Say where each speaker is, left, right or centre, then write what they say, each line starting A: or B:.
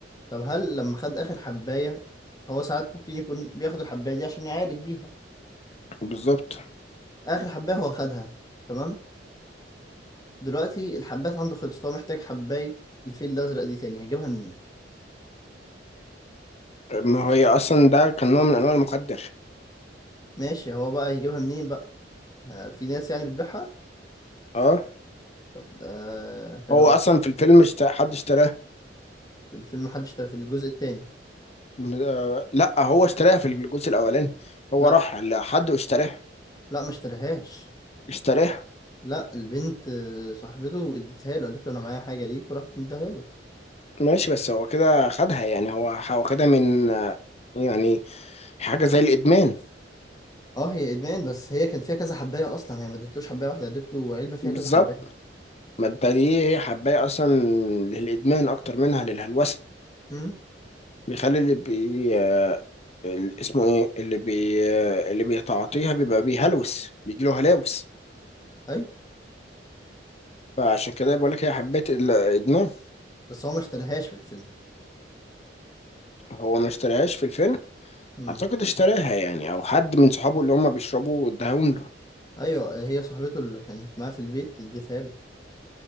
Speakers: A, on the left; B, on the left.
A: طب هل لما خد اخر حباية هو ساعات ممكن يكون بياخد الحباية دي عشان يعالج بيها
B: بالظبط
A: اخر حباية هو خدها تمام دلوقتي الحبات عنده خلصت هو محتاج حباية الفيل الازرق دي تاني هيجيبها منين
B: ما هي اصلا ده كان نوع من انواع المخدر
A: ماشي هو بقى هيجيبها منين بقى آه، في ناس يعني بتبيعها
B: اه
A: طب ده حلو
B: هو
A: قوي.
B: اصلا في الفيلم اشت... حد اشتراه
A: الفيلم حد اشترى في الجزء التاني
B: م- آه، لا هو اشتراها في الجزء الاولاني هو
A: لا
B: راح لحد واشتراها
A: لا ما اشتراهاش
B: اشتراها
A: لا البنت آه، صاحبته اديتها له قالت له انا معايا حاجه ليك وراحت مديها له
B: ماشي بس هو كده خدها يعني هو هو خدها من آه، يعني حاجة زي الإدمان
A: اه هي ادمان بس هي كان فيها كذا حبايه اصلا هي ما ادتلوش حبايه واحده ادت له علبه فيها
B: بالظبط
A: كذا حبايه
B: ما انت دي هي حباية أصلا للإدمان أكتر منها للهلوسة
A: امم
B: بيخلي اللي بي آه، ال- اسمه إيه اللي بي آه، اللي بيتعاطيها بيبقى بيهلوس بيجيله هلاوس
A: ايوه
B: فعشان كده بقول لك هي حبيت الإدمان
A: بس هو ما اشتراهاش في الفيلم
B: هو ما اشتراهاش في الفيلم
A: امم
B: أعتقد اشتراها يعني أو حد من صحابه اللي هما بيشربوا اداهم له
A: ايوه هي صاحبته اللي كانت معاه في البيت اديتها له